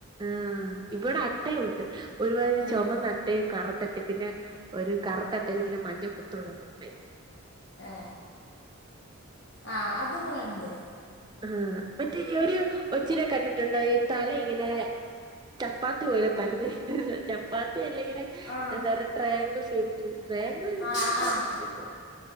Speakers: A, on the right (about 20°); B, on the left (about 50°).
A: ആഹ് ഇവിടെ അട്ടയും ഉണ്ട് ഒരു മാതിരി
B: ആഹ്
A: ചുമന്നട്ടയും കറുത്തട്ട പിന്നെ ഒരു കറുത്തട്ടല് ഇങ്ങനെ മഞ്ഞ കുത്തുള്ളതുണ്ട്
B: ഏ ആ, അത് ഇവിടെ ഉണ്ട്
A: ആ, മറ്റേ ഈ ഒരു ഒച്ചിനെ കണ്ടിട്ടുണ്ടോ ഈ തല ഇങ്ങനെ ചപ്പാത്തി ചപ്പാത്തി പോലെ പരന്നിരിക്കുന്നെ, ചപ്പാത്തി അല്ലെങ്കിൽ
B: ആഹ്
A: എന്താ പറ ട്രയാങ്കിൾ ഷേപ്പ്, ട്രയാങ്കിൾ <unintelligible>
B: ആഹ് ആഹ്